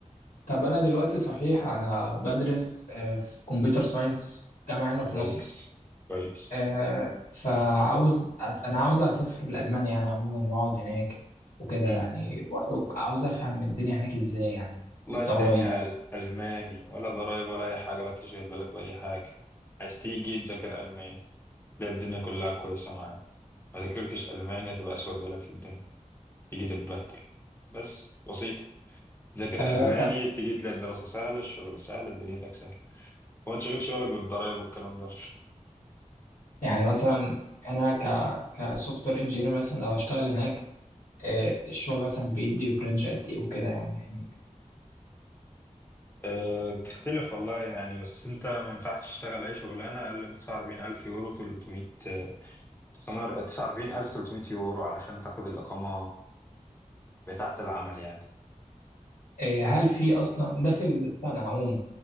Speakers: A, on the left; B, on the left.
A: طب انا دلوقتي صحيح انا بدرس أه في كمبيوتر ساينس جامعه هنا في
B: كويس
A: مصر
B: كويس
A: أه فعاوز أت- انا عاوز اسافر لالمانيا يعني عموما واقعد هناك وكده
B: مم.
A: يعني برضو عاوز افهم الدنيا هناك ازاي يعني
B: والله
A: الضرايب
B: الدنيا أل- ألماني ولا ضرايب ولا أي حاجة ولا تشغل بالك بأي حاجة عايز تيجي تذاكر ألماني لا الدنيا كلها كويسة معاك ما ذاكرتش ألماني هتبقى أسود بلد في الدنيا تيجي تتبهدل بس بسيط ذاكر
A: أه
B: ألماني
A: طب
B: تيجي تلاقي الدراسة سهلة الشغل سهل دنيتك سهلة وما تشغلش بالك بالضرايب والكلام ده
A: يعني مثلا انا ك كسوفت وير انجينير مثلا لو هشتغل هناك آه، الشغل مثلا بيدي برنج قد ايه وكده يعني هناك
B: أه بتختلف والله يعني بس انت ما ينفعش تشتغل اي شغلانه اقل من 49000 يورو 300 آه، 49300 يورو علشان تاخد الاقامه بتاعه العمل يعني
A: آه، هل في اصلا ده في السنه عموما